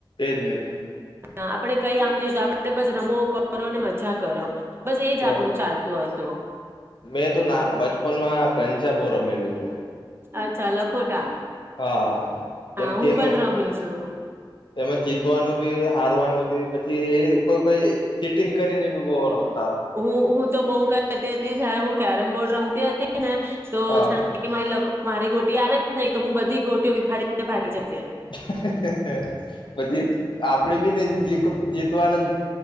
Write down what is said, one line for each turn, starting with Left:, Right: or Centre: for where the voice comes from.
Left: તને
Right: ના આપડે કઈ આમ નઈ તો આપડે બસ રમો કરો ને મજા કરો. બસ એજ
Left: તો
Right: આપડું ચાલતું હતું. તો
Left: મેં તો ના બચપનમાં આ કં ચ બો રમેલું છું.
Right: અચ્છા લખોટા.
Left: હા. કેમ
Right: હા હું
Left: કે એમાં
Right: પણ રમી છું
Left: એમાં જીતવાનું બી હારવાનું બી પછી કોઈ કોઈ ચીટિંગ કરીને બી બો રમ
Right: હું હું તો બઉ કરતી હતી જયારે હું કેરમ બોર્ડ રમ તે હતી. ને તો
Left: હા
Right: ઝાંખી
Left: હા
Right: કે મારી લખો મારી ગોટી આવે નહી તો હું બધી ગોટીઓ વિખાડીને ભાગી જ
Left: હા હા હા હા પછી આપડે બી ને જીત જીતવાનંદ